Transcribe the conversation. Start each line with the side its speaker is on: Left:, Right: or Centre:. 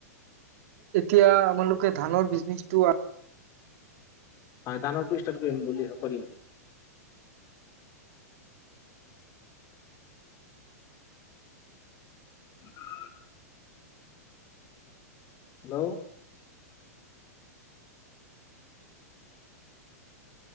Right: এতিয়া আমালোকে ধানৰ বিজনেচটো আৰ
Left: হয় ধানৰ তো ষ্টাৰ্ট কৰিম বুলি কৰিম। <inaudible> হেল্ল'।